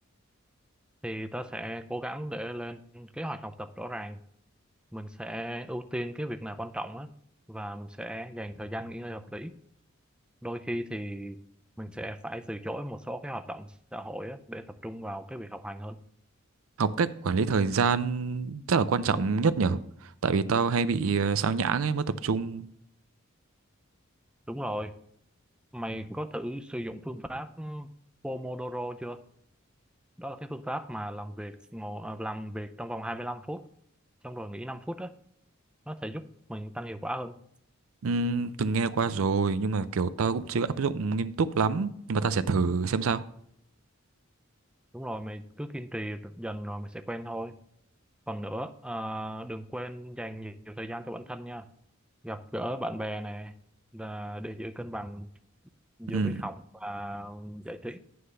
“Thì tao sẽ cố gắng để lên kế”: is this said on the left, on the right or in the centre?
Centre